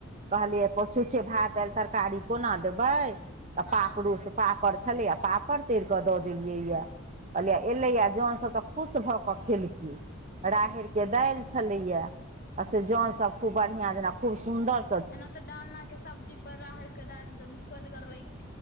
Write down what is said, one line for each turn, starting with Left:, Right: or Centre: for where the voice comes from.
Left: हँ
Right: कहलियै पोछूछे भाय दालि तरकारी कोना देबै तऽ
Left: हँ
Right: पापड़ूसँ। पापड़ छलैए पापड़ तैर कऽ दऽ देलियैया कहलियै एलैए जन सब तऽ। खुश भऽ कऽ खेलखिन राहरिके दालि छलैया
Left: हँ
Right: से जन सब। खूब बढ़िआँ जेना खूब सुन्दर।
Left: एना ते डालना के सब्जी पर राहर के दालिपर सुअदगरलैगतेछै